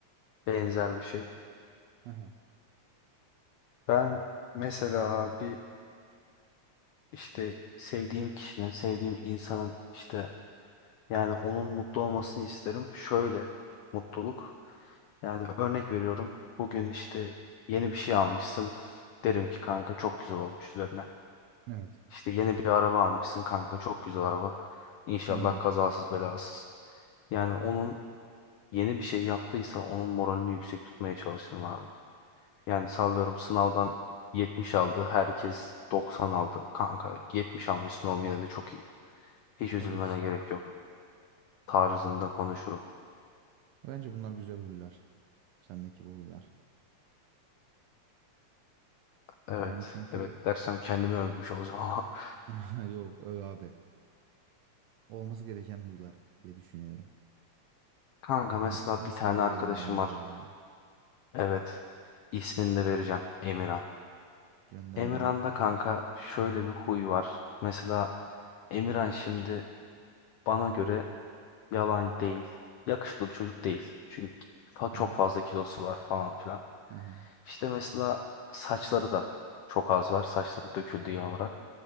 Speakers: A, on the left; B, on the right.
A: benzer bir şey.
B: Hı hı.
A: Ben mesela abi işte sevdiğim kişinin, sevdiğim insanın işte yani onun mutlu olmasını isterim. Şöyle mutluluk. Yani örnek veriyorum. Bugün işte yeni bir şey almışsın. Derim ki kanka çok güzel olmuş üzerine.
B: Evet.
A: İşte yeni bir araba almışsın kanka çok güzel araba. İnşallah
B: Hı hı.
A: kazasız belasız. Yani onun yeni bir şey yaptıysa onun moralini yüksek tutmaya çalışırım abi. Yani sallıyorum sınavdan 70 aldı herkes 90 aldı. Kanka 70 almışsın oğlum yine de çok iyi. Hiç
B: Tabii
A: üzülmene
B: ki.
A: gerek yok tarzında konuşurum.
B: Bence bunlar güzel huylar. Sendeki bu huylar.
A: Evet
B: Yani çünkü
A: evet dersem kendimi övmüş olacağım ama. <laughs>
B: <laughs> yok öyle abi. Olması gereken huylar diye düşünüyorum.
A: Kanka mesela
B: İn- İnsan
A: bir tane
B: böyle
A: arkadaşım
B: davranmalı
A: var.
B: yani.
A: Evet ismini de vereceğim Emirhan.
B: Gönder
A: Emirhan'da
B: Emirhan.
A: kanka şöyle bir huy var. Mesela Emirhan şimdi bana göre yalan değil. Yakışıklı bir çocuk değil. Çünkü fa-
B: Hı
A: çok
B: hı.
A: fazla kilosu var falan filan.
B: Hı hı.
A: İşte mesela saçları da çok az var. Saçları döküldü genel olarak.